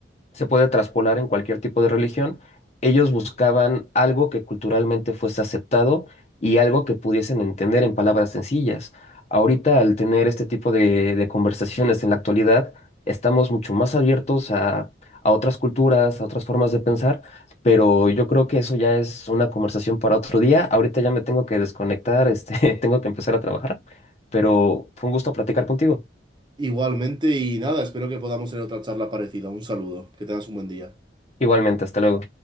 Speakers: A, on the left; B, on the right.
A: se puede traspolar en cualquier tipo de religión. Ellos buscaban algo que culturalmente fuese aceptado y algo que pudiesen entender en palabras sencillas. Ahorita, al tener este tipo de, de conversaciones en la actualidad, estamos mucho más abiertos a, a otras culturas, a otras formas de pensar, pero yo creo que eso ya es una conversación para otro día. Ahorita ya me tengo que desconectar, este, <laughs> tengo que empezar a trabajar, pero fue un gusto platicar contigo.
B: Igualmente y nada, espero que podamos tener otra charla parecida. Un saludo, que tengas un buen día.
A: Igualmente, hasta luego.